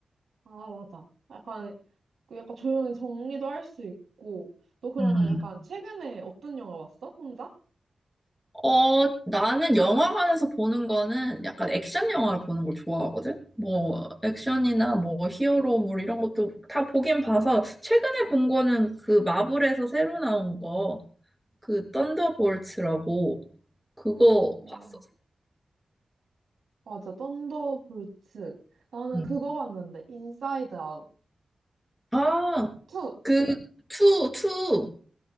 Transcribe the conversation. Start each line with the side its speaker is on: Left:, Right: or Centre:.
Right: 아, 맞아. 약간, 그 약간 조용히 정리도 할 수 있고. 너 그러면
Centre: 음,
Right: 약간 최근에 어떤 영화 봤어? 혼자?
Centre: 어, 나는 영화관에서 보는 거는 약간 액션 영화를 보는 걸 좋아하거든? 뭐, 액션이나 뭐, 히어로물 이런 것도 다 보긴 봐서, 최근에 본 거는 그 마블에서 새로 나온 거, 그 썬더볼츠라고, 그거
Right: 어,
Centre: 봤었어.
Right: 맞아. 썬더볼츠. 나는
Centre: 응.
Right: 그거 봤는데, 인사이드 아웃.
Centre: 아,
Right: 투,
Centre: 그,
Right: 투.
Centre: 투, 투.